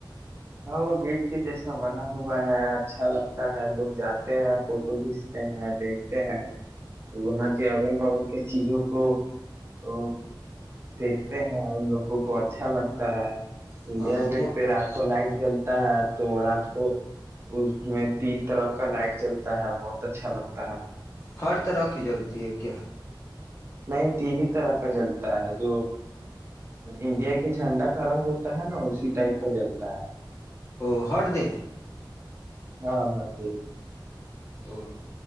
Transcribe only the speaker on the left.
او
ہر طرح کی جلتی ہے کیا
اور ہر دن
او